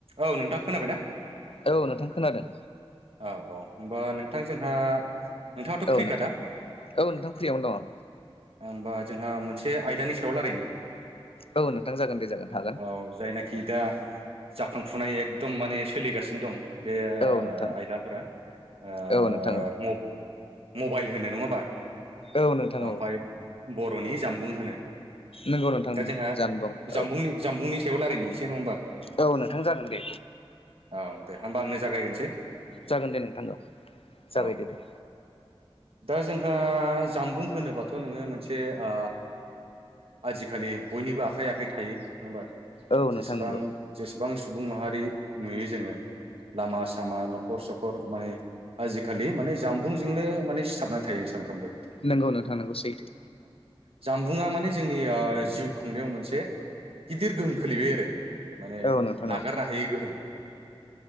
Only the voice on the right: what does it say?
औ नोंथां। खोनाबायना
औ औ होमबा नोंथां जोंहा नोंथाङाथ'
फ्रिखादा
ओमबा जोंहा मोनसे आयदानि सायाव लारायनि।
औ जायना खि दा जाखांफुनाय एकदम माने सोलिगासिनो दं बे ओ
आइ ख्लाफोरा ओ
म मबाइल होनो। नङा बा?
आमफाय
बर'नि जामबुं होनो।
दा जोंहा
जामबुंनि
जामबुंनि सायाव लारायनि एसे। नङा होमबा?
औ दे होमबा आंनो जागाय गोनस
औ
दा जोंहा जामबुं होनोबाथ' नोङो मोनसे आ आजिखालि बयनिबो आखाइ आखाइ थायो। नङा बा?
जेसेबां
जेसेबां सुबुं माहारि नुयो जोङो लामा सामा न' खर सखर माने आजिखालि माने जामबुंजोंनो माने सिथाबनान थायो सामफ्रामबो।
जानबुंङा माने जोंनि ओ जिउ खुंनायाव मोनसे गिदिर गोहोम खोलैबाय आरो माने
नागारनो
हायै गोहोम।